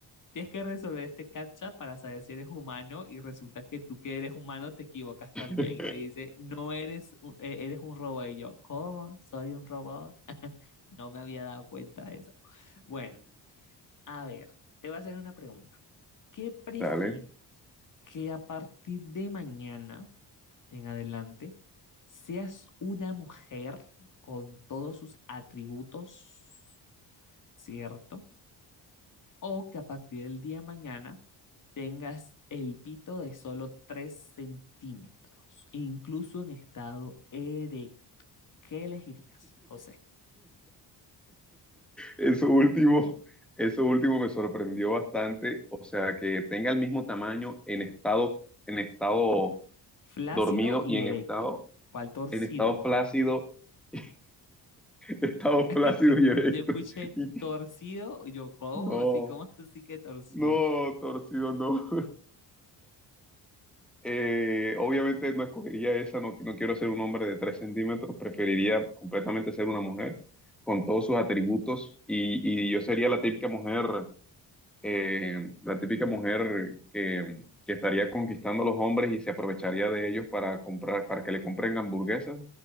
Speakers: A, on the left; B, in the centre.
A: tienes que resolver este captcha para saber si eres humano y resulta que tú que eres humano te equivocas también
B: <laughs>
A: y te dice, no eres, un- e- eres un robot. Y yo, ¿cómo? ¿Soy un robot? <laughs> No me había dado cuenta de eso. Bueno, a ver, te voy a hacer una pregunta. ¿Qué prefieres?
B: Dale.
A: Que a partir de mañana en adelante seas una mujer con todos sus atributos, ¿cierto? o que a partir del día de mañana tengas el pito de solo 3 centímetros, incluso en estado erecto. ¿Qué elegirías, José?
B: Eso último, eso último me sorprendió bastante. O sea, que tenga el mismo tamaño en estado, en estado
A: Flácido
B: dormido
A: y
B: y en
A: erecto.
B: estado,
A: ¿Cuál torcido?
B: en estado flácido, <laughs> estado flácido
A: <laughs>
B: y erecto.
A: Yo escuché
B: Y-
A: torcido, y yo, ¿cómo?
B: no,
A: Así, ¿cómo así que torcido?
B: no, torcido, no. Eh, obviamente no escogería esa, no, no quiero ser un hombre de 3 centímetros, preferiría completamente ser una mujer con todos sus atributos y, y yo sería la típica mujer eh, la típica mujer que, que estaría conquistando a los hombres y se aprovecharía de ellos para comprar, para que le compren hamburguesas